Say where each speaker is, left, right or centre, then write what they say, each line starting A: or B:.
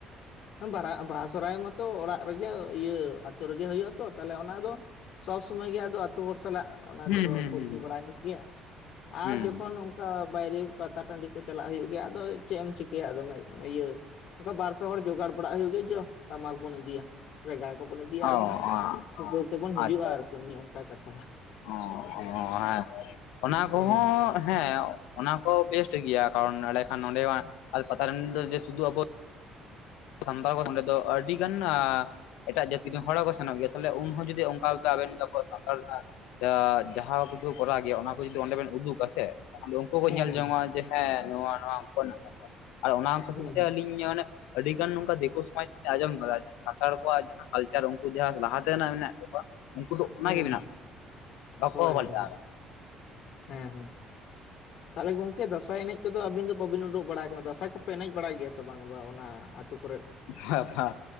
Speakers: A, on the left; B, on the left.
A: ᱵᱟᱨᱟ ᱵᱟᱦᱟ ᱥᱚᱦᱨᱟᱭ ᱢᱟᱛᱚ ᱚᱲᱟᱜ ᱨᱮᱜᱮ ᱤᱭᱟᱹ ᱟᱛᱳ ᱨᱮᱜᱮ ᱦᱩᱭᱩᱜ ᱟᱛᱚ ᱛᱟᱦᱚᱞᱮ ᱚᱱᱟ ᱫᱚ ᱥᱚᱵ ᱥᱚᱢᱚᱭ ᱜᱮ ᱟᱫᱚ ᱟᱹᱛᱩ ᱦᱚᱲ ᱥᱟᱞᱟᱜ ᱚᱱᱟ
B: ᱦᱩᱸ
A: ᱠᱚᱫᱚ
B: ᱦᱩᱸ
A: ᱯᱷᱩᱨᱛᱤ
B: ᱦᱩᱸ
A: ᱵᱟᱲᱟᱭ ᱦᱩᱭᱩᱜ ᱜᱮᱭᱟ ᱟᱨ
B: ᱦᱩᱸ
A: ᱡᱚᱠᱷᱚᱱ ᱵᱟᱭᱨᱮ ᱯᱟᱛᱟ ᱴᱟᱺᱰᱤ ᱠᱚ ᱪᱟᱞᱟᱜ ᱦᱩᱭᱩᱜ ᱜᱮᱭᱟ ᱟᱫᱚ ᱪᱮᱫ ᱮᱢ ᱪᱤᱠᱟᱹᱭᱟ ᱟᱫᱚ ᱚᱱᱮ ᱤᱭᱟᱹ ᱚᱱᱠᱟ ᱵᱟᱨ ᱯᱮ ᱦᱚᱲ ᱡᱚᱜᱟᱲ ᱵᱟᱲᱟᱜ ᱦᱩᱭᱩᱜ ᱜᱮᱭᱟ ᱡᱚ ᱴᱟᱢᱟᱠ ᱵᱚᱱ ᱤᱫᱤᱭᱟ᱾ ᱨᱮᱜᱟᱲᱟ ᱠᱚᱵᱚᱱ ᱤᱫᱤᱭᱟ
B: ᱚ ᱚ
A: ᱟᱨᱵᱚᱱ ᱴᱷᱩᱠᱟᱹᱣ
B: ᱚ
A: ᱛᱮᱵᱚᱱ ᱦᱤᱡᱩᱜᱼᱟ
B: ᱟᱪᱪᱷᱟ
A: ᱟᱨᱠᱤ ᱩᱱᱤ ᱚᱱᱠᱟ ᱠᱟᱛᱷᱟ᱾
B: ᱚ ᱚ ᱦᱮᱸ, ᱚᱱᱟ ᱠᱚᱦᱚᱸ
A: ᱦᱮᱸ
B: ᱦᱮᱸ ᱚᱱᱟ ᱠᱚ ᱵᱮᱥᱴ ᱜᱮᱭᱟ ᱠᱟᱨᱚᱱ ᱱᱚᱸᱰᱮ ᱠᱷᱟᱱ ᱱᱚᱸᱰᱮ ᱢᱟ
A: ᱦᱮᱸ
B: ᱟᱫᱚ ᱯᱟᱛᱟ ᱴᱟᱸᱰᱤ ᱨᱮᱫᱚ ᱡᱮ ᱥᱩᱫᱷᱩ ᱟᱵᱚ ᱥᱟᱱᱛᱟᱲ ᱠᱚ ᱚᱸᱰᱮ ᱫᱚ ᱟᱹᱰᱤ ᱜᱟᱱ ᱮ ᱮᱴᱟᱜ ᱡᱟᱹᱛᱤ ᱨᱮᱱ ᱦᱚᱲ ᱦᱚᱸᱠᱚ ᱥᱮᱱᱚᱜ ᱜᱮᱭᱟ ᱛᱟᱦᱚᱞᱮ ᱩᱱᱦᱚᱸ ᱡᱩᱫᱤ ᱚᱱᱠᱟ ᱜᱮ ᱟᱵᱮᱱ ᱫᱚ <unintelligible> ᱥᱟᱱᱛᱟᱲ ᱨᱮᱱᱟᱜ ᱡᱟ ᱡᱟᱦᱟᱸ ᱠᱚ ᱠᱤᱪᱷᱩ ᱠᱚᱨᱟᱣ ᱜᱮᱭᱟ ᱚᱱᱟ ᱠᱚ ᱡᱩᱫᱤ ᱚᱸᱰᱮ ᱵᱮᱱ ᱩᱫᱩᱜᱟ ᱥᱮ ᱟᱫᱚ ᱩᱱᱠᱩ ᱠᱚ
A: ᱦᱮᱸ
B: ᱧᱮᱞ
A: ᱦᱮᱸ
B: ᱡᱚᱝᱚᱜᱼᱟ ᱡᱮ ᱦᱮᱸ ᱱᱚᱣᱟ ᱱᱚᱣᱟ ᱩᱱᱡᱩᱣᱟᱜ ᱦᱮᱱᱟᱜ ᱛᱟᱠᱚᱣᱟ ᱟᱨ ᱚᱱᱟ ᱠᱷᱟᱹᱛᱤᱨ
A: ᱦᱮᱸ
B: ᱛᱮ ᱟᱹᱞᱤᱧ ᱚᱱᱮ ᱟᱹᱰᱤ ᱜᱟᱱ ᱱᱚᱝᱠᱟ ᱫᱤᱠᱩ ᱥᱚᱢᱟᱡ ᱨᱮᱞᱤᱧ ᱟᱸᱡᱚᱢ ᱠᱟᱫᱟ ᱡᱮ ᱥᱟᱱᱛᱟᱲ ᱠᱚᱣᱟᱜ ᱠᱟᱞᱪᱟᱨ ᱩᱱᱠᱩ ᱡᱟᱦᱟᱸ ᱞᱟᱦᱟ ᱛᱮᱱᱟᱜ ᱢᱮᱱᱟᱜ ᱛᱟᱠᱚᱣᱟ᱾ ᱩᱱᱠᱩ ᱫᱚ ᱚᱱᱟᱜᱮ
A: ᱦᱮᱸ ᱦᱮᱸ
B: ᱢᱮᱱᱟᱜ ᱛᱟᱠᱚᱣᱟ
A: ᱦᱳᱭ
B: ᱵᱟᱠᱚ ᱯᱟᱞᱴᱟᱣᱫᱟ᱾
A: ᱦᱳᱭ ᱦᱳᱭ
B: ᱦᱮᱸ,
A: ᱦᱮᱸ ᱦᱮᱸ
B: <inaudible>
A: ᱛᱟᱦᱚᱞᱮ ᱜᱚᱝᱠᱮ ᱫᱟᱸᱥᱟᱭ ᱮᱱᱮᱡ ᱠᱚᱫᱚ ᱟᱹᱵᱤᱱ ᱫᱚ ᱵᱟᱹᱵᱤᱱ ᱩᱰᱩᱠ ᱵᱟᱲᱟ ᱠᱟᱱᱟ ᱫᱟᱸᱥᱟᱭ ᱠᱚᱯᱮ ᱮᱱᱮᱡ ᱵᱟᱲᱟᱭ ᱜᱮᱭᱟ ᱥᱮ ᱵᱟᱝ ᱵᱟᱝ ᱚᱱᱟ ᱟᱹᱛᱩ ᱠᱚᱨᱮᱫ?
B: ᱵᱷᱟ ᱵᱷᱟ